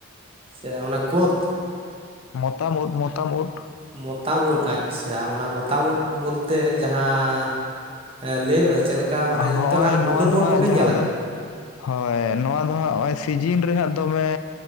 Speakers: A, on the right (about 25°); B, on the left (about 80°).
A: ᱥᱮ ᱚᱱᱟ ᱠᱳᱫᱽ᱾
B: ᱢᱚᱛᱟᱢ ᱩᱫ ᱢᱚᱛᱟᱢ ᱩᱫ
A: ᱢᱚᱛᱟᱢ ᱩᱫ ᱟᱪᱪᱷᱟ ᱚᱱᱟ ᱢᱚᱛᱟᱢ ᱩᱫ ᱵᱚᱞᱛᱮ ᱡᱟᱦᱟᱸ ᱦᱮᱸ ᱞᱟᱹᱭ ᱢᱮ ᱪᱮᱫ ᱞᱮᱠᱟ ᱢᱟᱱᱮ
B: ᱦᱚᱸᱜᱼᱚᱭ
A: ᱤᱧ ᱛᱚᱱᱟᱜ
B: ᱱᱚᱣᱟ
A: ᱵᱩᱞᱩᱝ
B: ᱫᱚ ᱦᱟᱸᱜ
A: ᱩᱫ ᱠᱚᱜᱤᱧ
B: ᱡᱟᱦᱟᱸ
A: ᱧᱮᱞ ᱟᱠᱟᱜᱼᱟ᱾
B: ᱫᱚ ᱦᱳᱭ ᱱᱚᱣᱟ ᱫᱚ ᱦᱟᱸᱜ ᱦᱚᱸᱜᱼᱚᱭ ᱥᱤᱡᱤᱱ ᱨᱮ ᱦᱟᱸᱜ ᱫᱚᱢᱮ